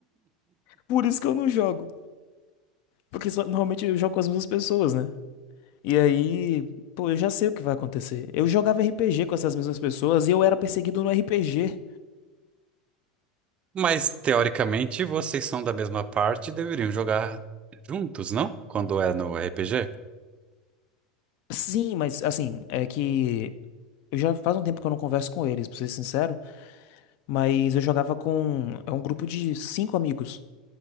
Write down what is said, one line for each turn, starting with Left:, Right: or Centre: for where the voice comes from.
Left: por isso que eu não jogo. Porque só- normalmente eu jogo com as mesmas pessoas, né? E aí, pô, eu já sei o que vai acontecer. Eu jogava RPG com essas mesmas pessoas e eu era perseguido no RPG.
Right: Mas, teoricamente, vocês são da mesma parte e deveriam jogar juntos, não? Quando é no RPG?
Left: Sim, mas assim, é que eu já faz um tempo que eu não converso com eles, pra ser sincero. Mas eu jogava com é um grupo de cinco amigos.